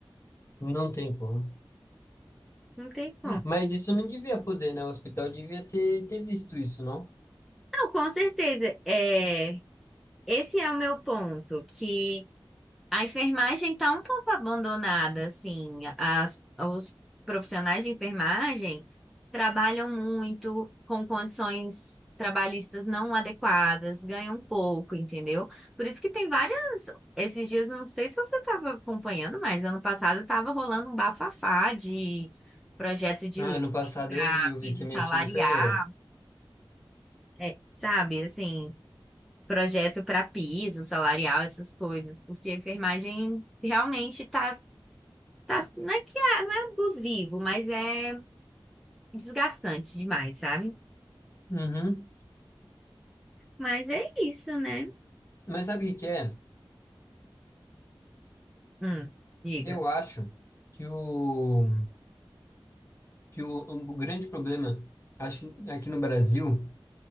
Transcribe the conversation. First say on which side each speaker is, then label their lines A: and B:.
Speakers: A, on the left; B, in the centre.
A: Não tem como.
B: Não tem como.
A: Mas isso não devia poder, né? O hospital devia ter, ter visto isso, não?
B: Não, com certeza. É, esse é o meu ponto, que a enfermagem está um pouco abandonada, assim. As, os profissionais de enfermagem trabalham muito com condições trabalhistas não adequadas, ganham pouco, entendeu? Por isso que tem várias. Esses dias, não sei se você estava acompanhando, mas ano passado estava rolando um bafafá de projeto de
A: Ah,
B: lei
A: ano passado
B: para
A: eu vi, eu vi
B: piso
A: que a
B: salarial,
A: minha tia é enfermeira.
B: é, sabe, assim projeto para piso, salarial, essas coisas, porque a enfermagem realmente tá, tá, não é que é, não é abusivo, mas é desgastante demais, sabe?
A: Uhum.
B: Mas é isso, né?
A: Mas sabe o que que é?
B: Hum, diga.
A: Eu acho que o, que o, o grande problema, acho, aqui no Brasil